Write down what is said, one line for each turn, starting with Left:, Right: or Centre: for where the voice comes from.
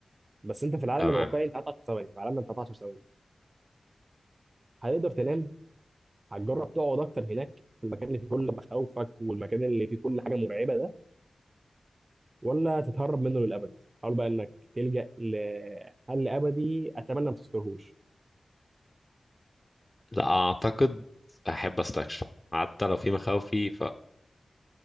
Right: بس انت في العالم
Left: تمام
Right: الواقعي انت قعدت 10 ثواني في عالمنا انت قعدت 10 ثواني هتقدر تنام هتجرب تقعد اكتر هناك في المكان اللي فيه كل مخاوفك والمكان اللي فيه كل حاجه مرعبه ده ولا تتهرب منه للأبد حاول بقى إنك تلجأ لحل أبدي أتمنى ما تذكرهوش
Left: لا اعتقد احب استكشف حتى لو في مخاوفي